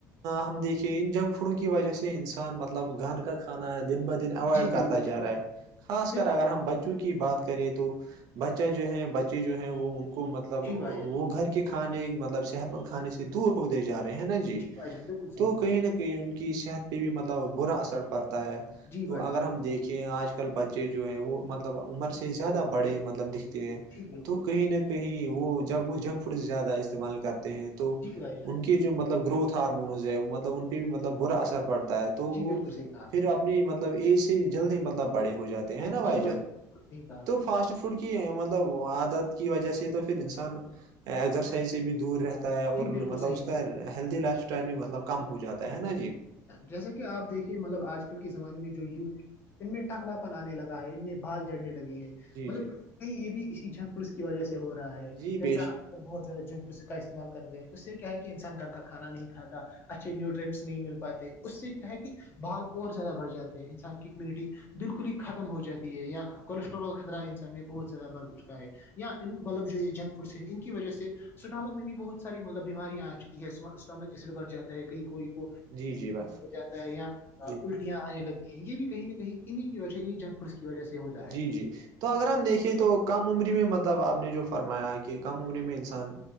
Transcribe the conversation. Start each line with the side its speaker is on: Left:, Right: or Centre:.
Right: ہم دیکھ کہ ان جنک فوڈوں کی وجہ سے انسان مطلب گن کا کھا ہے دن بد اوائڈ
Left: جی
Right: کرتا
Left: بالکل
Right: جا رہا ہے خاص
Left: بالکل
Right: کر اگر ہم بچے بوں کی بات کریں تو بچہ جو ہے بچے جو ہیں وہ ان کو مطلب وہ
Left: جی بھائی جان
Right: گھر کے کھانے مطلب صحت مند کھانے سے دور ہو د جا رہے ہیں نا جی
Left: بھائی جان بالکل صحیح
Right: تو
Left: کہا
Right: کہیں نہ کہ ان کی صحت پہ بھی مطلب برا اثر پڑتا ہے
Left: جی
Right: تو
Left: بھائی
Right: اگر
Left: جان
Right: ہم دیکھیں آج بچے جو ہیں وہ مطلب عمر سے زیادہ بڑے مطلب دکھتے ہیں
Left: جی بالکل
Right: تو کہیں نہ کہ وہ جب وہ جنک فوڈ زیادہ استعمال کرتے ہیں تو
Left: جی بھائی جان
Right: ان کے جو مطلب گروتھ ہارمونز ہے مطلب ان پہ بھی مطلب برا اثر پڑتا ہے تو
Left: جی
Right: وہ
Left: بالکل صحیح کہا آپ
Right: پھر
Left: نے
Right: اب مطلب ای سے جلد مطلب بڑے ہو جاتے ہیں نا بھائی
Left: جی
Right: جان
Left: بالکل صحیح کہا آپ
Right: تو
Left: نے
Right: فاسٹ فوڈ کے کہ مطلب عادت کی وجہ سے تو پھر انسان ازرسائز سے بھی دور رہتا اور
Left: جی بالکل
Right: مطلب
Left: صحیح
Right: اس کا
Left: کہا
Right: ہیلدی لائف اسٹائل بھی مطلب کم ہو جاتا ہے نا جی
Left: جیسا کہ آپ دیکھیے مطلب آج کل کے زمانے میں جو یوتھ ہے ان میں ٹکلا پن آنے لگا ہے ان میں بھال جڑنے لگے ہیں
Right: جی
Left: مطلب
Right: جی
Left: یہ بھی اسی جھنگ پھس کی وجہ سے ہو رہا ہے
Right: جی بیش
Left: بہت زیادہ جنک کا استعمال کرتے ہیں اس سے کیا ہے کہ انسان گھر کا کانا نہیں کھاتا اچھے نیوٹرینس نہیں مل پاتے اس سے کیا ہے کہ بھال اور زیادہ بڑھ جاتے ہیں انسان کی امیونٹی بالکل ہی ختم ہو جاتی ہے یا کولیسٹرول خطرہ انسان نے بہت زیادہ بھرھ چکا ہے یا ان مطلب جو یہ جنک فوڈ سے ان کی وجہ سے اسٹامک میں بھی بہت ساری مطلب بیماریاں آ چکی ہے اسٹامک ایسڈ بڑ جاتا ہے کہیں کوئی کو
Right: جی جی بس
Left: جاتا ہے یا الٹیاں
Right: جی
Left: آنے لگ یہ بھی کہیں نہ کہیں انہیں کی وجہ انہیں جنگ پھس کی وجہ سے ہوتا ہے
Right: جی جی تو اگر ہم دیکھے تو کم عمری میں مطلب آپ نے جو فرمایا کہ کم عمری میں انسان